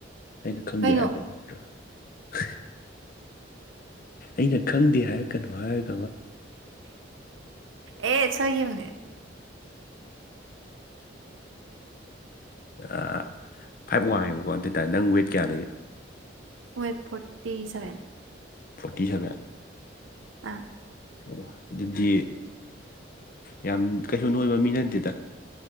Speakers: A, on the left; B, on the right.
A: ꯑꯩꯅ ꯈꯪꯗꯦ
B: ꯀꯩꯅꯣ
A: ꯍꯥꯏꯔ ꯈꯗ ꯑꯩꯅ ꯈꯪꯗꯦ ꯍꯥꯏꯔꯛ ꯀꯅꯨ ꯍꯥꯏꯔ
B: ꯑꯦ ꯁꯅꯤ ꯑ
A: ꯑ ꯐꯥꯏꯕ ꯋꯥꯡꯉꯤꯕ ꯋꯥ ꯑꯗꯨ ꯑꯣꯏꯇꯥꯥꯏ ꯅꯪ ꯋꯦ ꯀꯌꯥ ꯂꯩꯒꯦ
B: ꯋꯦꯕ ꯐꯣꯔꯇꯤ ꯁꯚꯦꯟ
A: ꯐꯣꯔꯇꯤ ꯁꯚꯦꯟ
B: ꯑꯥ
A: ꯑꯣ ꯑꯗꯨꯗꯤ ꯌꯥꯝ ꯀꯩꯁꯨ ꯅ ꯑꯣꯏꯕ ꯃꯤꯅ ꯑꯗꯨꯗ